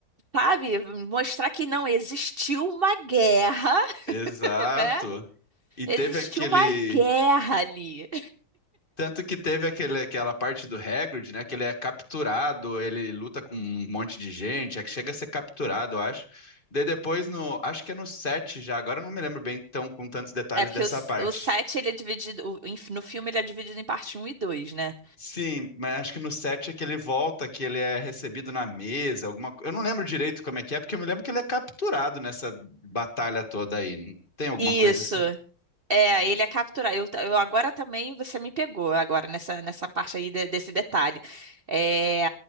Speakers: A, on the right (about 55°); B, on the left (about 25°).
A: sabe, mostrar que não existiu uma guerra, <laughs>
B: exato.
A: né?
B: E
A: Existiu
B: teve aquele.
A: uma guerra ali.
B: Tanto que teve aquele, aquela parte do Hagrid, né? Que ele é capturado, ele luta com um monte de gente, é que chega a ser capturado, eu acho. Daí depois no. Acho que é no 7 já, agora eu não me lembro bem tão com tantos detalhes
A: É porque
B: dessa
A: os-
B: parte.
A: o 7 ele é dividido. o- em- No filme ele é dividido em parte um e dois, né?
B: Sim, mas acho que no 7 é que ele volta, que ele é recebido na mesa, alguma coisa. Eu não lembro direito como é que é, porque eu me lembro que ele é capturado nessa batalha toda aí. Tem alguma
A: Isso.
B: coisa assim?
A: É, ele é capturado. Eu, ta- eu agora também você me pegou agora nessa, nessa parte aí de- desse detalhe. É,